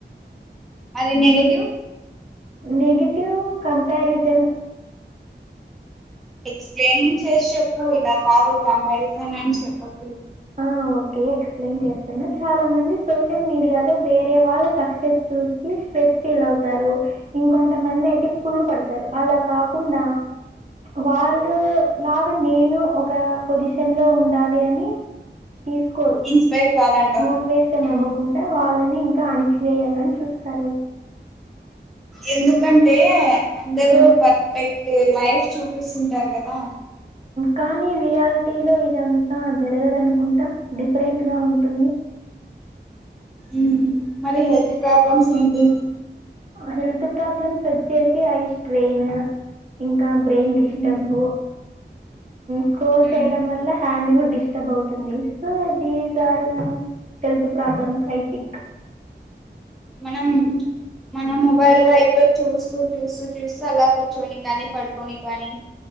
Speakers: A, in the centre; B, on the right (about 40°).
A: మరి నెగేటివ్
B: నెగిటివ్ కంపారిజన్
A: ఎక్స్ప్లెయిన్ చేసి చెప్పు ఇల కాదు కంపారిజన్ అని చెప్పకు
B: ఆ ఒకే ఎక్స్ప్లెయిన్ చేస్తున్నా చాల మంది సోషల్ మీడియాలో వేరే వాళ్ళ సక్సెస్ చూసి స్ట్రెస్ ఫీల్ అవుతారు ఇంకొంత మంది అయితే కుళ్ళు పడతారు అల కాకుండ వాళ్ళు లాగ నేను ఒక పొజిషన్ లో ఉండాలి అని తీసుకోరు
A: ఇన్స్పైర్ <unintelligible>
B: మోటివేషన్
A: ఉమ్
B: అవ్వకుండా వాళ్ళని ఇంకా అణిచివేయాలని చూస్తారు
A: ఎందుకంటే అందరూ
B: హ్మ్.
A: పర్ఫెక్ట్ లైఫ్ చూపిస్తుంటారు కదా
B: కానీ రియాలిటీ లో ఇదంతా జరగదనుకుంటా డిఫరెంట్ గా ఉంటుంది
A: ఉ మరి హెల్త్ ప్రాబ్లమ్స్ ఏంటి
B: హెల్త్ ప్రాబ్లమ్స్ వచ్చేసి ఐ స్ట్రెయిన్ ఇంకా బ్రెయిన్ డిస్టర్బు
A: ఉమ్
B: స్కూల్ చేయడం
A: ఉమ్
B: వల్ల హ్యాండ్ కూడా డిస్టర్బ్ అవుతుంది so these are health problems I think
A: మనం మనం మొబైల్ వైపు చూస్తూ చూస్తూ చూస్తూ అలా కూర్చొని కానీ పడుకొ ని కానీ